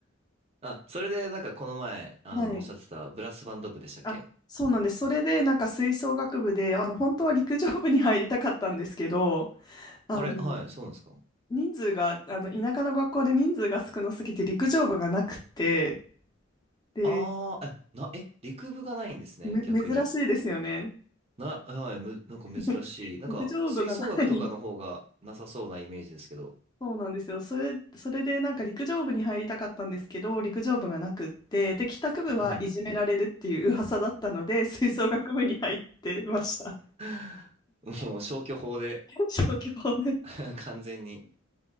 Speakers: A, on the right; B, on the left.
A: あ、それでなんかこの前、あの、
B: はい。
A: おっしゃってたブラスバンド部でしたっけ
B: あ、そうなんです。それで、なんか吹奏楽部で、あの、本当は陸上部に入りたかったんですけど、あの、
A: あれ、はい、そうなんですか。
B: 人数が、あの、田舎の学校で人数が少なすぎて陸上部がなくて、で
A: ああ、え、な、え、陸部がないんですね、
B: め、
A: 逆に。
B: 珍しいですよね。
A: な、はい、む、なんか珍しい。
B: <laughs>
A: なんか、
B: 陸上部がない。
A: 吹奏楽とかの方がなさそうなイメージですけど。
B: そうなんですよ。それ、それでなんか陸上部に入りたかったんですけど、陸上部がなくって、で、帰宅部はいじめられるっていう噂だったので、
A: はい
B: 吹奏楽部に入ってました。
A: <laughs> もう消去法で
B: <laughs> 小規模で。
A: <laughs> 完全に。